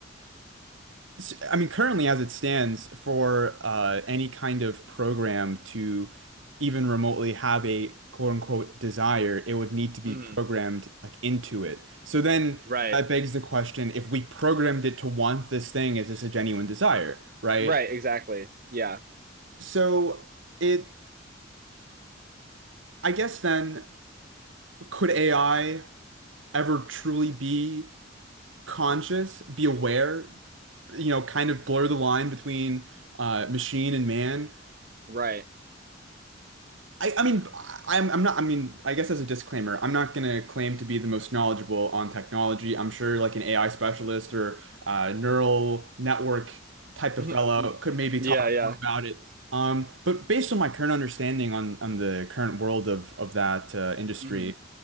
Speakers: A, on the right (about 85°); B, on the right (about 50°).
A: S- I mean, currently, as it stands, for uh, any kind of program to even remotely have a quote unquote desire, it would need to be
B: hmm
A: programmed like into it. So then
B: Right.
A: that begs the question, if we programmed it to want this thing, is this a genuine desire, right?
B: Right, exactly. Yeah.
A: So it, I guess then, could AI ever truly be conscious, be aware, you know, kind of blur the line between uh, machine and man?
B: Right.
A: I, I mean, I'm, I'm not, I mean, I guess as a disclaimer, I'm not going to claim to be the most knowledgeable on technology. I'm sure like an AI specialist or uh, neural network type
B: hmm
A: of fellow could maybe
B: Yeah,
A: talk
B: yeah.
A: more about it. Um, but based on my current understanding on, on the current world of, of that uh, industry,
B: hmm